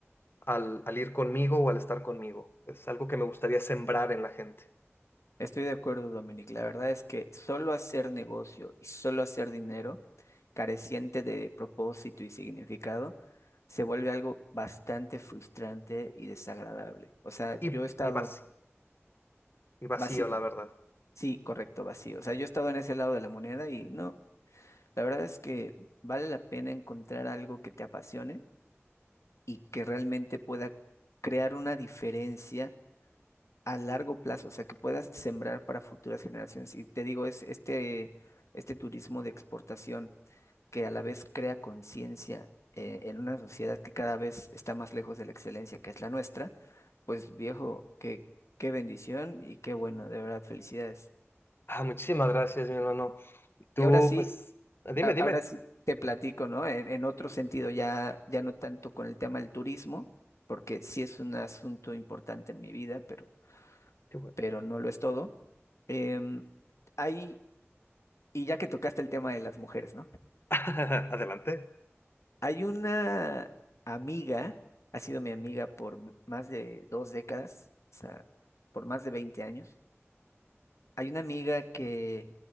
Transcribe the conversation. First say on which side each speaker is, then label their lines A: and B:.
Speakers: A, on the left (about 55°); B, on the left (about 85°).
A: al, al ir conmigo o al estar conmigo. Es algo que me gustaría sembrar en la gente
B: Estoy de acuerdo, Dominic. La verdad es que solo hacer negocio y solo hacer dinero, careciente de propósito y significado, se vuelve algo bastante frustrante y desagradable. O sea,
A: y,
B: yo he estado
A: y vac- y vacío,
B: vacío.
A: la verdad.
B: Sí, correcto, vacío. O sea, yo he estado en ese lado de la moneda y no, la verdad es que vale la pena encontrar algo que te apasione y que realmente pueda crear una diferencia a largo plazo, o sea, que puedas sembrar para futuras generaciones. Y te digo, es este, este turismo de exportación que a la vez crea conciencia eh, en una sociedad que cada vez está más lejos de la excelencia, que es la nuestra, pues viejo, qué, qué bendición y qué bueno, de verdad, felicidades.
A: Ah, muchísimas gracias, mi hermano. Y tú,
B: Y ahora sí,
A: pues, dime,
B: a- ahora
A: dime.
B: sí te platico, ¿no? En, en otro sentido, ya, ya no tanto con el tema del turismo, porque sí es un asunto importante en mi vida, pero,
A: Qué bueno.
B: pero no lo es todo. Em, hay Y ya que tocaste el tema de las mujeres, ¿no?
A: <laughs> Adelante.
B: Hay una amiga, ha sido mi amiga por m- más de dos décadas, o sea, por más de 20 años. Hay una amiga que